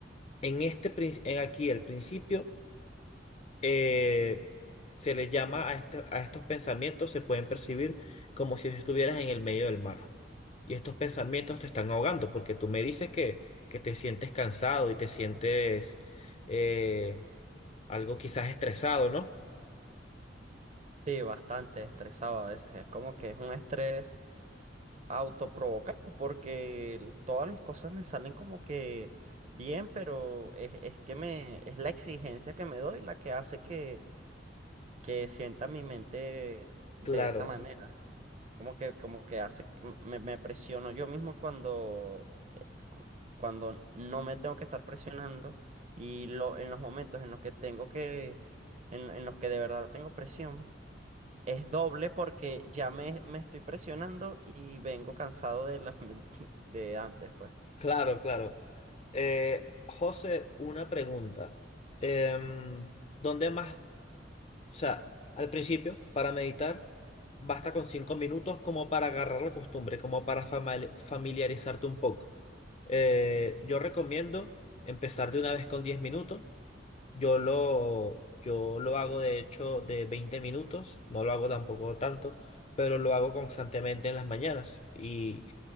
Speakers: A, on the left; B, on the right.
A: En este, prin- en aquí, el principio eh, se le llama a, este- a estos pensamientos, se pueden percibir como si estuvieras en el medio del mar. Y estos pensamientos te están ahogando, porque tú me dices que, que te sientes cansado y te sientes eh, algo quizás estresado, ¿no?
B: Sí, bastante estresado a veces. Es como que es un estrés. autoprovocado porque el- todas las cosas me salen como que bien, pero es, es que me, es la exigencia que me doy la que hace que, que sienta mi mente de
A: Claro,
B: esa manera. Como que, como que hace, m- me, me presiono yo mismo cuando, cu- cuando no me tengo que estar presionando y lo, en los momentos en los que tengo que, en en los que de verdad tengo presión. Es doble porque ya me, me estoy presionando y vengo cansado de las <laughs> de antes, pues.
A: claro, claro. Eh, José, una pregunta. Em, ¿dónde más? O sea, al principio, para meditar, basta con cinco minutos como para agarrar la costumbre, como para fama- familiarizarte un poco. Eh, yo recomiendo empezar de una vez con 10 minutos. Yo lo, yo lo hago de hecho de 20 minutos, no lo hago tampoco tanto, pero lo hago constantemente en las mañanas. Y